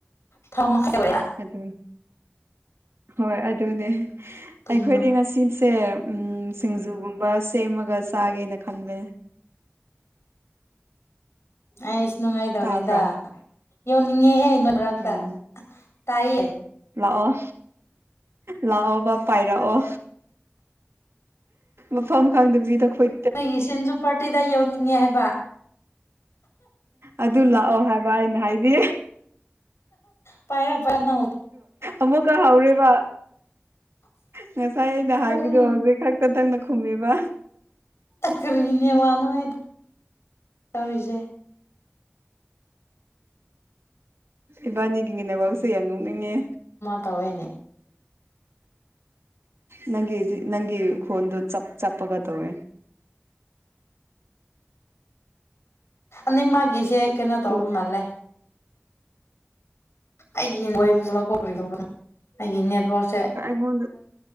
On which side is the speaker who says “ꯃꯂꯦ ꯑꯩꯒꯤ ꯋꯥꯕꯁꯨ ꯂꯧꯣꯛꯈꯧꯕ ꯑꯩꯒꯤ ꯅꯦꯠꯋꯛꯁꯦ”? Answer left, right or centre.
Left